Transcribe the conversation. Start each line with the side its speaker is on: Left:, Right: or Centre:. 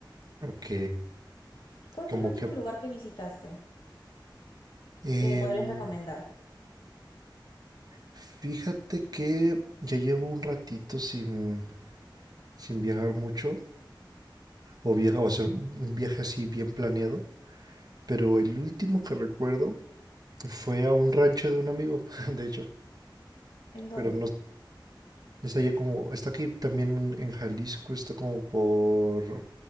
Right: Ok,
Left: ¿Cuál
Right: como
Left: fue el último
Right: que...
Left: lugar que visitaste
Right: em,
Left: que me podrías recomendar?
Right: fíjate que ya llevo un ratito sin, sin viajar mucho o, viajar o hacer un viaje así bien planeado, pero el último que recuerdo fue a un rancho de un amigo, <laughs> de hecho,
Left: ¿En dónde?
Right: pero no, Está allá como, está aquí también en Jalisco, está como por,